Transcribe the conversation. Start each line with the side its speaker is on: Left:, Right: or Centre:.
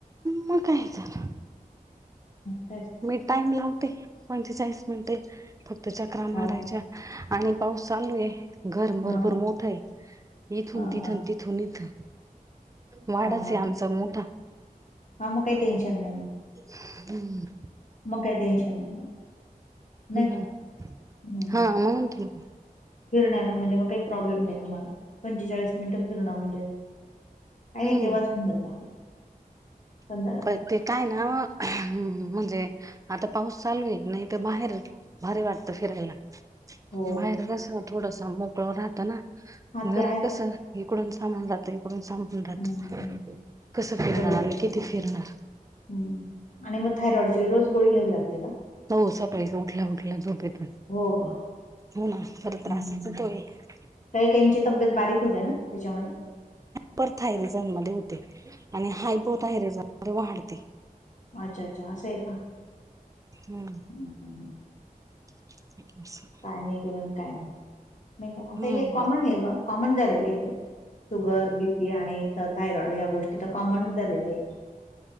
Right: म काय झाल?
Left: तेऽ
Right: मी टाइम लावते, पंचेचाळीस मिनिटे, फक्त चक्रा मारायच्या.
Left: हो ना
Right: आणि पाऊस चालू आहे घरम भरपूर
Left: हा हा
Right: मोठा आहे इथून
Left: हा
Right: तिथून
Left: हा
Right: तिथ थून इथ. वाडाच
Left: हा हा
Right: आहे आमचा
Left: हा
Right: मोठा.
Left: हा मग काही टेनशन नाही म
Right: हम्म.
Left: मग कायही टेनशन नाही. नाही
Right: हम्
Left: का हम्म.
Right: हा आ म्
Left: फिरण्याला म्हणजे मग काही प्रॉब्लेम नाही तुम्हाला पंचेचाळीस मिनिट फिरण म्हणजे, काही
Right: हम्म
Left: नाही तेव्हाच होऊन जात पंधर
Right: पण ते काय ना म्हणजे आता पाऊस चालू आहे नाही तर बाहेरच भारी वाटत फिरायला.
Left: हो
Right: बाहेर कस थोडस मोकळ राहत ना
Left: हा
Right: घरात
Left: ते आहे का
Right: कस इकडून सामान राहत इकडून सामान राहत,
Left: हम्म, हम्म, हम्म.
Right: कसं फिरणार?
Left: बरोबर
Right: आणि किती फिरणार.
Left: हम्म आणि मग थायरॉइडची रोज गोळी घ्यावी लागते का?
Right: हो सकाळी उठल्या उठल्या झोपेतून.
Left: हो का
Right: हो ना खर
Left: हम्म,
Right: त्रासच
Left: हम्म, हम्म.
Right: तो एक.
Left: काही काहीची तब्येत बारीक होते ना त्याच्यामध्ये
Right: परथायरिझन मध्ये होते आणि हायपोथायरिझन मध्ये वाढते.
Left: अच्छा- अच्छा असआहे का?
Right: हम्म
Left: हम्म, हम्म.
Right: ठी
Left: काय नाही घेऊून काय नाही नाही का
Right: हम्म
Left: आता हे काही
Right: हम्म
Left: कॉमन आहे बघ कॉमन जेल इ तेे शुगर बीपी आणि थायरॉइड ह्या गोष्टी तर कॉमनच झालेल्या आहेत